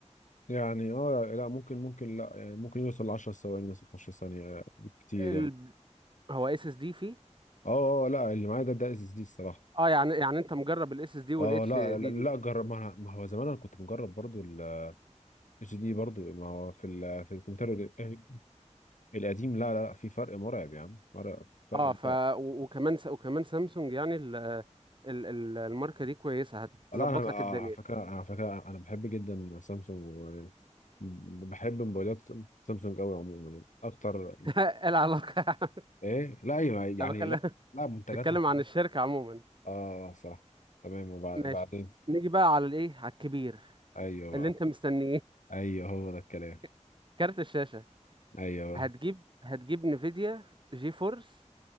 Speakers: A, on the left; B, on the right.
A: يعني اه لا ممكن ممكن لا يعني ممكن يوصل ل 10 ثواني مثلا 15 ثانية كتير
B: ال...
A: يعني
B: هو اس اس دي فيه
A: اه اه آه، لا اللي معايا ده ده اس اس دي الصراحة
B: اه يعني يعني انت مجرب الاس اس دي والاتش
A: اه لا
B: دي
A: لا, لا
B: دي
A: جرب ما, أنا- ما هو زمان انا كنت مجرب برضو ال اتش دي برضو ما هو في ال في الكمبيوتر ال- القديم لا لا لا في فرق مرعب يا عم مرعب فرق
B: اه ف
A: مرعب
B: و- وكمان س... وكمان سامسونج يعني ال... ال... ال- الماركة دي كويسة هتظبط
A: لا انا
B: لك
A: آه،
B: الدنيا
A: على فكره أنا على فكره انا بحب جدا سامسونج و- بحب موبايلات سامسونج قوي عموما يعني اكتر
B: <laughs> ايه العلاقة <laughs>
A: ايه لا ايوه يعني
B: انا بتكلم
A: لا لا منتجاتها
B: بتكلم عن
A: الصراحه
B: الشركة عموما
A: اه صراحه تمام وبعدين
B: ماشي نيجي بقى على الايه على الكبير
A: ايوه
B: اللي
A: بقى
B: انت مستنيه
A: ايوه هو ده الكلام
B: <laughs> كارت الشاشة
A: ايوه
B: هتجيب هتجيب نفيديا جي فورس